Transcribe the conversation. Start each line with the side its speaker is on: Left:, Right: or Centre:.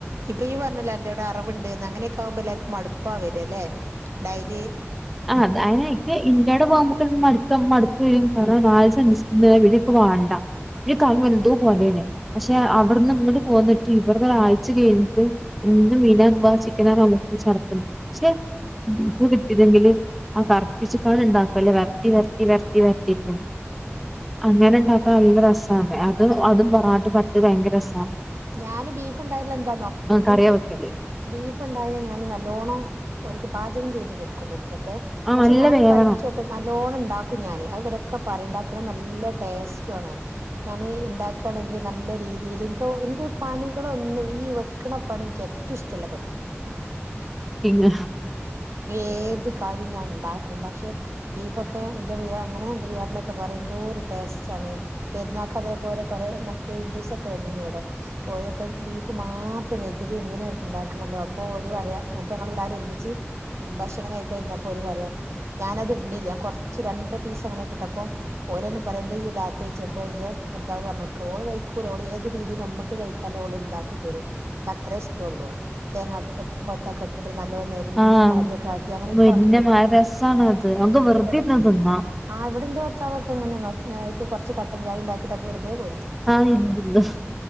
Right: ഇപ്പൊ ഈ പറഞ്ഞല്ലോ എന്റെയവിടെ അറിവുണ്ട്ന്ന് അങ്ങനെയൊക്കെ ആുമ്പോ എല്ലാവർും മടുപ്പാവ വര അല്ലേ ഡൈലി
Centre: ആ് അ അതിന് ഇന്ത്യടെ പോകുമ്പോക്ക മടു മടുക്ക വരും കാരണം നാള സ വീടൊക്കെ വാണ്ട ഒരു കമ്മ എന്തോ പോകണ്ടേനെ പക്ഷെ അവിടുന്ന് ഇങ്ങോട്ട് പോകന്നിട്ട് ഇവടത ഒരാഴ്ു കഴിഞ്ഞിട്ട് ഇും മീനമ്പാ ചിക്കന നമുക്ക് ചടപ്പ് പക്ഷെ ബീഫ് കിട്ടിയതെങ്കിൽ ആ കർപ്പിച്ച കള ഉണ്ടാക്കും അല്ലേ വരട്ടി വരട്ടി വരട്ടി വരട്ടി ട്ട്
Right: ഉം ഉം
Centre: അങ്ങനെണ്ടാക്കാ നല്ല രസ രസ അതെ അത് അതും പാട്ട് പറ്റ് ഭയങ്കര രസമാണ്
Right: ഞാന് ബീഫ് ഇണ്ടായല്ല എന്താന്നോ ബീഫ്
Centre: കറിയാ വെക്കല്
Right: ബീഫ് ഇണ്ടായാ ഞാന് നല്ലോണം ഓൾക്ക് പാചകം ചെയ്തു കൊടുക്കും ഒരിക്ക ക്കെ
Centre: ആഹ്
Right: പക്ഷെ
Centre: നല്ല
Right: ഞാൻ
Centre: വേവണം
Right: കഴിച്ചോക്കെ നല്ലോണ്ണം ഉണ്ടാക്കും ഞാന് അത് ഇവരൊക് ക്കെ പറുണ്ടാക്ക്ണ നല്ല ടെസ്റ്റുവാണ് പറയും ഞാൻ ഉണ്ടാക്കുകയാണെങ്കിൽ നല്ല രീതിയില് എനിക്ക് പണികള ഒന്നും ഈ വെക്ക്ണ പണി ക്ക് ഏറ്റവും ഇഷ്ടള്ള പണിയ
Centre: പിന്നെ
Right: ഏത് കാര്യവും ഞാൻ ഉണ്ടാക്കും പക്ഷെ ബീഫൊക്കെ എന്റെ അങ്ങനെ എൻ്റെ ബാപ്പിളൊക്കെ പറയും എന്തോ ഒരു ടേസ്റ്റ് ആണ് പെരുന്നാക്ക് അതേപോലെ കുറേ മറ്റേ ഹിന്ദുസൊക്കെ വന്നിനി ഇവി ടെ ഓരൊക്കെ ബീഫ് മാത്രം കഴിക്കത് എങ്ങനെയ ഉണ്ടാക്കണല്ലോ അപ്പോ ഒരു പറയാ എന്നിട്ട് ഞങ്ങെല്ലാരും ഒരുമിച്ച് ഭക്ഷണം കഴിക്കായിരുന്നു അപ്പോ ഒര് പറയാം ഞാന അത് ഇടുന്നില്ല കുറച്ച് രണ്ട് പീസ് അങ്ങനെ കിട്ടപ്പോ ഓലന്നെ പറയാ എന്ത ഈ ഇട അത്ത് വെച്ചപ്പോ എന്റെ ഭർത്താവ് പറഞ്ഞ കൊടുക്ക ഓള് കഴിക്കൂല്ല ഓൾ ഏത് രീതിൽ നമ്മുക്ക് കൈയിക്കാല ഓള് ഉണ്ടാക്കി തരും കത്രശ്ട്ടള്ളൂ പറ തേങ്ങക്ക കൊ കൊത്തൊക്കെട് ന്നിട്ട് നല്ലോ നെരുങ്ങിയ
Centre: ആഹ്
Right: മാതിരി ഒക്കെ ആക്കി അങ്ങനക്കെ
Centre: മുരിങ്ങ
Right: ആക്കി കൊടുക്കൂ
Centre: മാ രസാണത് നമുക്ക് വെറുതെ
Right: ഇവിടെ
Centre: ഇരുന്ന് തിന്നാ
Right: ആ ഇവിടെൻ്റെ ത്താവെങ്ങെനേ നക്കി നാ അയ്ക്ക് കുറച്ച് കട്ടൻ ചായ ഉണ്ടാക്കിട്ട്ത് വെുതെ കോരി
Centre: ആഹ് <inaudible>